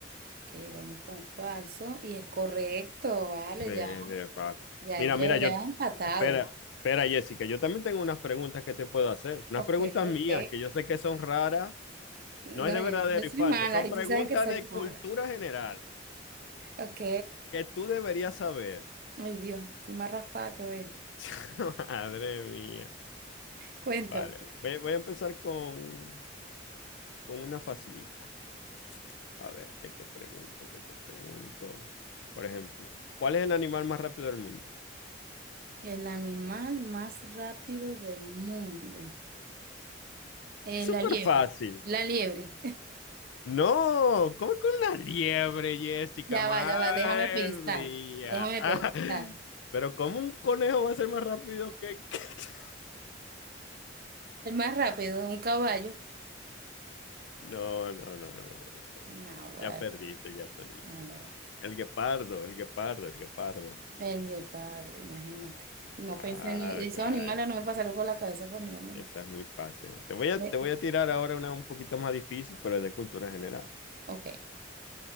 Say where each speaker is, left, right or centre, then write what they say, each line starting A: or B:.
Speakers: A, on the right; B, on the left.
A: Que vamos con falso y es correcto, vale,
B: Sí, de
A: ya,
B: fácil.
A: ya
B: Mira,
A: llevo,
B: mira,
A: ya
B: yo,
A: vas empatado.
B: espera, espera, Jessica, yo también tengo unas preguntas que te puedo hacer, unas
A: Ok,
B: preguntas mías
A: ok.
B: que yo sé que son raras,
A: No,
B: no es de
A: yo,
B: verdadero
A: yo soy
B: y falso,
A: mala
B: son
A: y
B: preguntas
A: tú sabes que soy
B: de
A: mala.
B: cultura general
A: Ok.
B: que tú deberías saber.
A: Ay Dios, estoy más raspada que ver.
B: <laughs> Madre mía.
A: Cuéntame.
B: Vale,
A: pues,
B: ve- voy a empezar con, con una facilita. A ver, ¿qué te pregunto? ¿Qué te pregunto? Por ejemplo, ¿cuál es el animal más rápido del mundo?
A: El animal más rápido del mundo. Eh, la
B: Súper
A: liebre.
B: fácil,
A: La liebre. <laughs>
B: No, ¿cómo con una liebre, Jessica?
A: Ya
B: Madre
A: va, ya va, déjame pensar.
B: mía.
A: Déjame
B: <laughs>
A: pensar.
B: Pero ¿cómo un conejo va a ser más rápido que... que- <laughs>
A: El más rápido, un caballo.
B: No, no, no, no, no. no.
A: Naguará,
B: Ya perdiste, ya perdiste.
A: naguará.
B: Jessica. El guepardo, el guepardo, el guepardo.
A: El guepardo, imagínate. No
B: Claro,
A: pensé ni, esos
B: claro.
A: animales no me pasaron por la cabeza por ningún momento.
B: Esa es muy fácil. Te voy a,
A: Eh,
B: te voy a tirar ahora una un poquito más difícil, pero es de cultura general.
A: Ok.